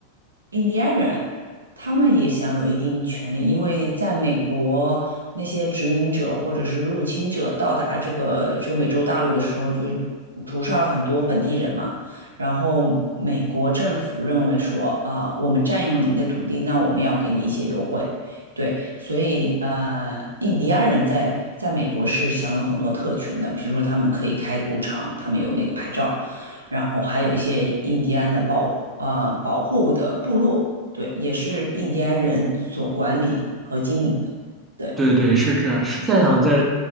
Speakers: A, on the right; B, on the right.
A: 印第安人，他们也享有一定权利，因为在美国那些殖民者或者是入侵者到达这个这个美洲大陆的时候，就是屠杀了很多本地人嘛。然后美国政府认为说啊，我们占用了你的土地，那我们要给你一些优惠，对，所以呃，印第安人在在美国是享有很多特权的，比如说他们可以开赌场，他们有那个牌照，然后还有一些印第安的保护呃保护的部落，对，也是印第安人所管理和经营的，对，
B: 对对，是这样，是这样，在